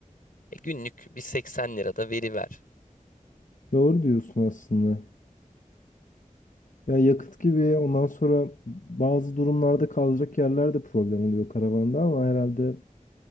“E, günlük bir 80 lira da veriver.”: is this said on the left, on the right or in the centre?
Left